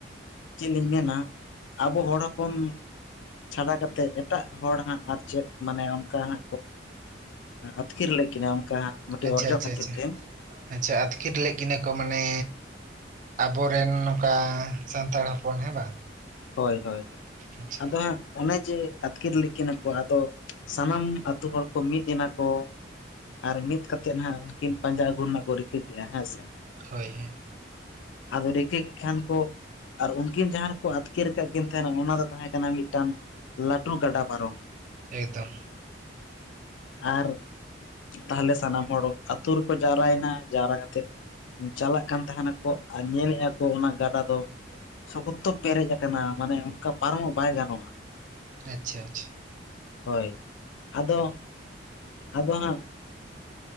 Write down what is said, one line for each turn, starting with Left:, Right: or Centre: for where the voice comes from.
Left: ᱪᱮᱫ ᱞᱤᱧ ᱢᱮᱱᱟ ᱟᱵᱚ ᱦᱚᱲ ᱦᱚᱯᱚᱱ ᱪᱷᱟᱰᱟ ᱠᱟᱛᱮᱫ ᱮᱴᱟᱜ ᱦᱚᱲ ᱦᱟᱸᱜ ᱟᱨ ᱪᱮᱫ ᱢᱟᱱᱮ ᱚᱱᱠᱟ ᱦᱟᱸᱜ ᱟᱹᱛᱠᱤᱨ ᱞᱮᱫ ᱠᱤᱱᱟ ᱚᱱᱠᱟ ᱢᱤᱴᱤᱡ
Right: ᱟᱪᱪᱷᱟ
Left: ᱚᱨᱡᱚ
Right: ᱟᱪᱪᱷᱟ
Left: ᱠᱷᱟᱹᱛᱤᱨ
Right: ᱟᱪᱪᱷᱟ
Left: ᱛᱮ
Right: ᱟᱪᱪᱷᱟ ᱟᱹᱛᱠᱤᱨ ᱞᱮᱫ ᱠᱤᱱᱟᱹ ᱠᱚ ᱢᱟᱱᱮ ᱟᱵᱚᱨᱮᱱ ᱱᱚᱠᱟ ᱥᱟᱱᱛᱟᱲ ᱦᱚᱯᱚᱱ ᱦᱮᱸ ᱵᱟᱝ
Left: ᱦᱳᱭ ᱦᱳᱭ ᱦᱳᱭ
Right: ᱟᱪᱪᱷᱟ
Left: ᱟᱫᱚ ᱦᱟᱸᱜ ᱚᱱᱮ ᱡᱮ ᱟᱹᱛᱠᱤᱨ ᱞᱮᱜ ᱠᱤᱱᱟ ᱠᱚ ᱟᱫᱚ ᱥᱟᱱᱟᱢ ᱟᱛᱳ ᱦᱚᱲ ᱠᱚ ᱢᱤᱫ ᱮᱱᱟ ᱠᱚ ᱟᱨ ᱢᱤᱫ ᱠᱟᱛᱮᱫ ᱦᱟᱸᱜ ᱩᱱᱠᱤᱱ ᱯᱟᱸᱡᱟ ᱟᱹᱜᱩ ᱨᱮᱱᱟᱜ ᱠᱚ ᱨᱤᱠᱟᱹ ᱠᱮ-ᱟ ᱦᱮᱸ ᱥᱮ
Right: ᱦᱳᱭ ᱦᱳᱭ
Left: ᱟᱫᱚ ᱨᱤᱠᱟᱹ ᱠᱮ ᱠᱷᱟᱱ ᱠᱚ ᱟᱨ ᱩᱱᱠᱤᱱ ᱡᱟᱦᱟᱸ ᱨᱮᱠᱚ ᱟᱛᱠᱤᱨ ᱟᱠᱟᱫ ᱠᱤᱱ ᱛᱟᱦᱮᱱᱟ ᱚᱱᱟ ᱫᱚ ᱛᱟᱦᱮᱸ ᱠᱟᱱᱟ ᱢᱤᱫᱴᱟᱝ ᱞᱟᱹᱴᱩ ᱜᱟᱰᱟ ᱯᱟᱨᱚᱢ
Right: ᱮᱠᱫᱚᱢ
Left: ᱟᱨ ᱛᱟᱦᱞᱮ ᱥᱟᱱᱟᱢ ᱦᱚᱲ ᱟᱹᱛᱩ ᱨᱮᱠᱚ ᱡᱟᱣᱨᱟ ᱭᱮᱱᱟ ᱡᱟᱣᱨᱟ ᱠᱟᱛᱮᱫ ᱪᱟᱞᱟᱜ ᱠᱟᱱ ᱛᱟᱦᱮᱱᱟ ᱠᱚ ᱟᱨ ᱧᱮᱞᱮ-ᱟ ᱠᱚ ᱚᱱᱟ ᱜᱟᱰᱟ ᱫᱚ
Right: <inaudible>
Left: ᱥᱚᱠᱚᱛᱚ ᱯᱮᱨᱮᱡ ᱟᱠᱟᱱᱟ ᱢᱟᱱᱮ ᱚᱱᱠᱟ ᱯᱟᱨᱚᱢᱚᱜ ᱵᱟᱭ ᱜᱟᱱᱚᱜᱼᱟ
Right: ᱟᱪᱪᱷᱟ ᱟᱪᱪᱷᱟ
Left: ᱦᱳᱭ ᱟᱫᱚ ᱟᱫᱚ ᱦᱟᱸᱜ